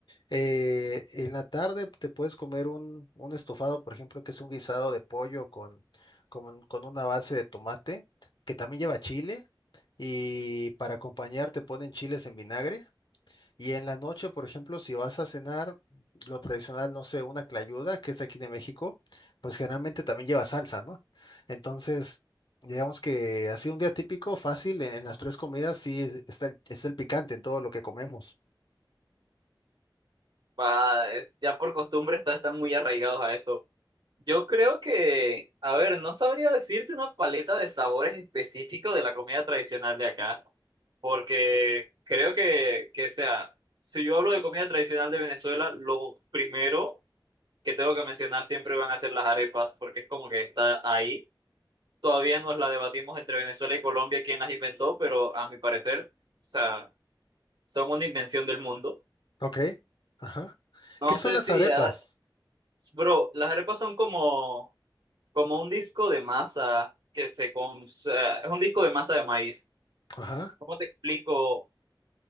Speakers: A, on the left (about 65°); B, on the right (about 65°).
A: Eh, en la tarde te puedes comer un, un estofado, por ejemplo, que es un guisado de pollo con, con, con una base de tomate, que también lleva chile. Y para acompañar te ponen chiles en vinagre. Y en la noche, por ejemplo, si vas a cenar, lo tradicional, no sé, una clayuda, que es aquí de México, pues generalmente también lleva salsa, ¿no? Entonces, digamos que así un día típico, fácil, en, en las tres comidas sí es- está el, está el picante en todo lo que comemos.
B: Pa- es- ya por costumbre está- están muy arraigados a eso. Yo creo que, a ver, no sabría decirte una paleta de sabores específicos de la comida tradicional de acá, porque creo que, que sea, si yo hablo de comida tradicional de Venezuela, lo primero que tengo que mencionar siempre van a ser las arepas, porque es como que está ahí. Todavía nos la debatimos entre Venezuela y Colombia quién las inventó, pero a mi parecer, o sea, son una invención del mundo.
A: Ok. Ajá.
B: No
A: ¿Qué son
B: sé
A: las
B: si,
A: arepas?
B: has- bro, las arepas son como como un disco de masa que se... con- o sea, es un disco de masa de maíz.
A: Ajá.
B: ¿Cómo te explico? O